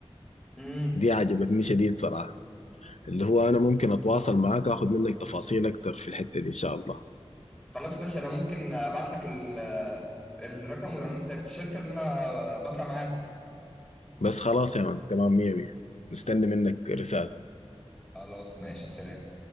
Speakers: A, in the centre; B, on the left.
A: امم
B: دي عجبتني شديد صراحه اللي هو انا ممكن اتواصل معاك اخد منك تفاصيل اكتر في الحته دي ان شاء الله
A: خلاص ماشي انا ممكن ابعت لك ال... الرقم والعنوان بتاعت الشركه اللي انا بطلع معاها
B: بس خلاص يا مان تمام مية مية مستني منك رساله
A: خلاص ماشي سلام